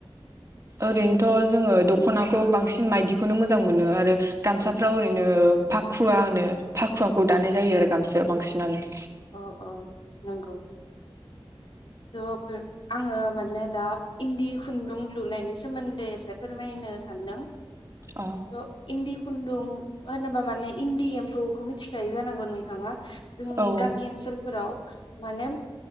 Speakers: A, on the right; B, on the left.
A: ओरैनोथ जोङो दख'नाखौ बांसिन माइदिखौनो मोजां मोनो आरो गामसाफ्राव ओरै नो फाखुवा होनो फाखुवाखौ दानाय जायो आरो गामसायाव बांसिनानो
B: अ अ नोंगौ थ बे आङो माने दा इन्दि खुन्दुं लुनायनि सोमोन्दै एसे फोरमायनो सान्दों
A: अ
B: ज इन्दि खुन्दुं होनोबा माने इन्दि एम्फौखौ मिथिखायो जानांगौ नोंथाङा जोंनि
A: औ
B: गामि ओनसोल फोराव माने